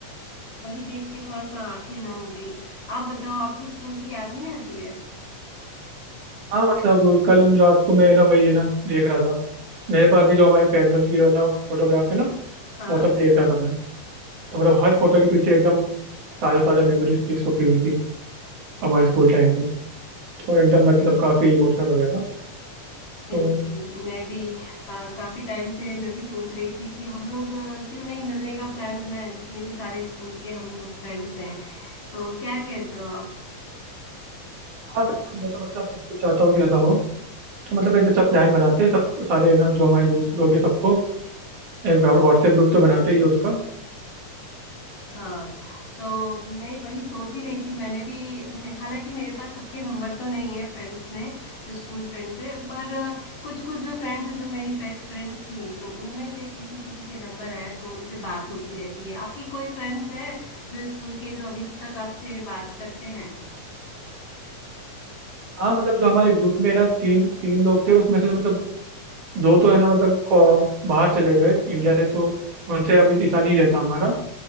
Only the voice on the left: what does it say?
वही देख के थोड़ा सा आंखें नम हो गई आप बताओ आपको स्कूल की याद नहीं आती है
हाँ
बिल्कुल
मैं भी अ, काफी टाइम से मैं भी सोच रही थी कि हम लोग अ, क्यों नहीं मिलने का प्लान बनाए जितने भी सारे स्कूल के हम लोग फ्रेंड्स हैं तो क्या कहते हो आप
हाँ तो मैं वही सोच ही रही थी मैंने भी मैं- हालांकि मेरे पास सबके नंबर तो नहीं है फ्रेंड्स में जो स्कूल फ्रेंड्स है पर कुछ कुछ जो फ्रेंड्स है जो मेरी बेस्ट फ्रेंड्स थी तो उनमें से किसी किसी के नंबर है तो उनसे बात होती रहती है आपकी कोई फ्रेंड्स है जो स्कूल के जो अभी तक आपसे बात करते हैं